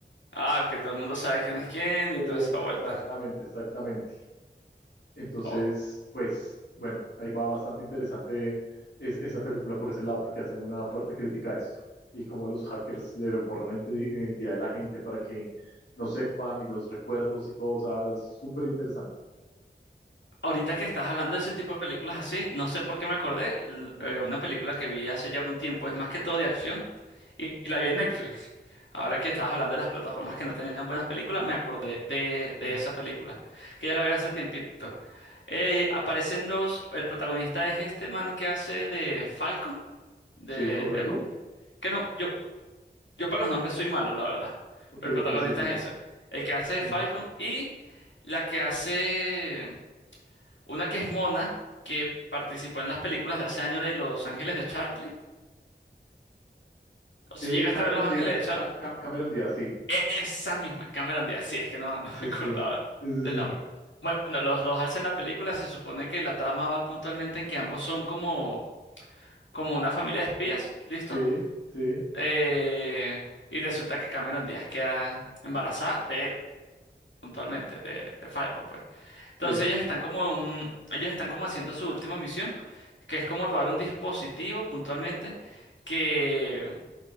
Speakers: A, on the left; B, on the left.
A: Ah, que todo el mundo sabe quién es quién
B: Exactamente,
A: y toda esa vuelta.
B: exactamente. Entonces,
A: O-
B: pues bueno, ahí va bastante interesante es- esa película por ese lado porque hace una fuerte crítica a esto y cómo los hackers le borran la inte- identidad de la gente para que no sepan y los recuerdos y todo, o sea, es súper interesante.
A: Ahorita que estás hablando de ese tipo de películas así, no sé por qué me acordé, l- eh, una película que vi hace ya un tiempo, es más que todo de acción. Y la vi en Netflix. Ahora que estabas hablando de las plataformas que no tenían buenas películas, me acordé de, de
B: Mm.
A: esa película, que ya la vi hace tiempito. Eh, aparecen dos, el protagonista es este man que hace de Falcon, de,
B: Sí, correcto.
A: de- que no, yo, yo para los nombres soy malo, la verdad,
B: Ok,
A: pero el protagonista
B: ok, sí, sí.
A: es ese, el que hace de
B: Eh,
A: Falcon y la que hace, una que es Mona, que participó en las películas de hace años de Los Ángeles de Charlie, o si
B: Sí,
A: llegaste
B: Cameron
A: a ver Los Ángeles
B: Díaz,
A: de Charlie.
B: Ca- Ca- Cameron Díaz, sí.
A: Esa misma, Cameron Díaz, sí, es que no, no
B: Sí,
A: me acordaba
B: sí, sí. Sí, sí,
A: del
B: sí.
A: nombre. Bueno, los dos hacen la película, se supone que la trama va puntualmente en que ambos son como, como una familia de espías, ¿listo?
B: Sí, sí,
A: Eh, y resulta que Cameron Díaz queda embarazada de él, puntualmente, de, de Falcon, pues. Entonces
B: sí.
A: ellos están como en un, ellos están como haciendo su última misión, que es como robar un dispositivo puntualmente que